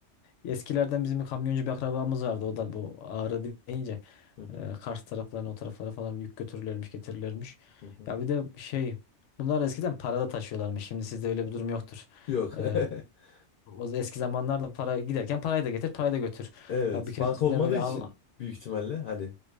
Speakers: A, on the left; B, on the left.
A: Eskilerden bizim bir kamyoncu bir akrabamız vardı. O da bu Ağrı deyince
B: Hı hı,
A: e, Kars taraflarına o taraflara falan yük götürürlermiş getirirlermiş.
B: hı hı.
A: Ya bir de şey bunlar eskiden parada taşıyorlarmış. Şimdi sizde öyle bir durum yoktur.
B: Yok.
A: E,
B: <laughs>
A: O eski zamanlarda para giderken parayı da getir, parayı da götür.
B: Evet,
A: Ya bir keresinde
B: banka olmadığı
A: böyle
B: için
A: al
B: büyük ihtimalle hani.